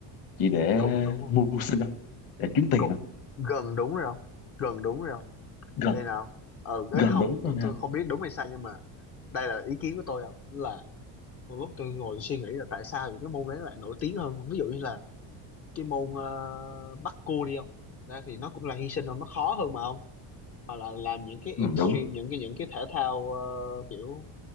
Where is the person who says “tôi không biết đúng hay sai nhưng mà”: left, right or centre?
Left